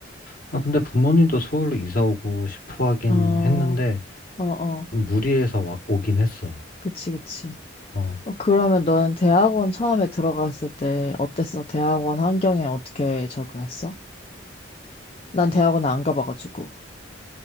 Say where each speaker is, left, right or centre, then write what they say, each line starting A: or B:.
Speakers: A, on the left; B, on the left.
A: 아, 근데 부모님도 서울로 이사 오고 싶어 하긴
B: 어,
A: 했는데,
B: 어, 어.
A: 좀 무리해서 와- 오긴 했어.
B: 그치, 그치.
A: 어,
B: 어, 그러면 너는 대학원 처음에 들어갔을 때 어땠어? 대학원 환경에 어떻게 적응했어? 난 대학원 안 가봐가지고.